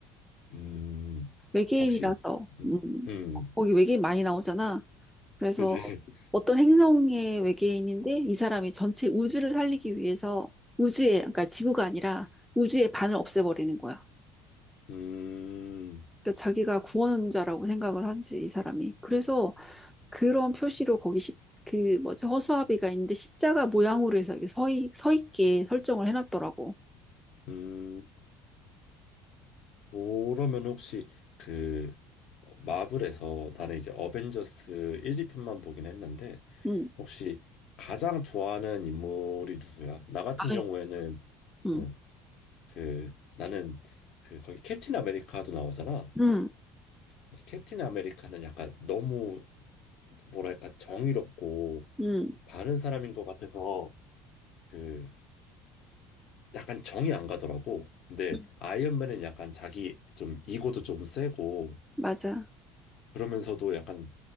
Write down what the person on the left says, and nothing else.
음,
아, 혹시,
음,
그지? <laughs>
음,
음, 그러면 혹시 그 어, 마블에서 나는 이제 어벤져스 1, 2편만 보긴 했는데
혹시 가장 좋아하는 인물이 누구야? 나 같은
경우에는
응, 그 나는 그 거기 캡틴 아메리카도 나오잖아.
근데 캡틴 아메리카는 약간 너무 뭐랄까 정의롭고
바른 사람인 것 같아서 그 약간 정이 안 가더라고. 근데
아이언맨은 약간 자기 좀 이거도 조금 세고
그러면서도 약간